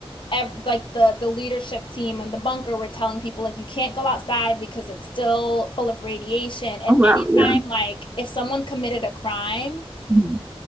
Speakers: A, on the left (about 50°); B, on the right (about 20°).
A: ev like the the leadership team and the bunker were telling people like you can't go outside because it's still full of radiation. And
B: Oh wow,
A: anytime
B: yeah.
A: like if someone committed a crime,
B: Mhm.